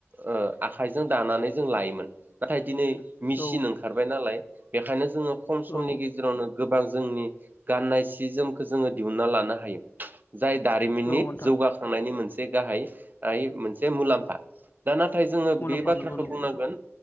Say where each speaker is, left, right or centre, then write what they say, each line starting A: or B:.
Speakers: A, on the right (about 40°); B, on the left (about 50°).
A: ओ आखाइजों दानानै जों लायोमोन नाथाय दिनै मिसिन
B: औ
A: ओंखारबाय नालाय बेखायनो जोङो खम समनि
B: औ
A: गेजेरावनो गोबां जोंनि गाननाय सि जोमखौ जोङो दिहुनना लानो हायो। जाय दारिमिननि
B: औ नोंथां
A: जौगाखांनायनि मोनसे गाहाय हाय मोनसे मुलाम्फा दा नाथाय नाथाय जोङो
B: मुलाम्फा
A: बे बाथ्राखो
B: नंगौ नंगौ
A: बुंनांगोन
B: नोंथां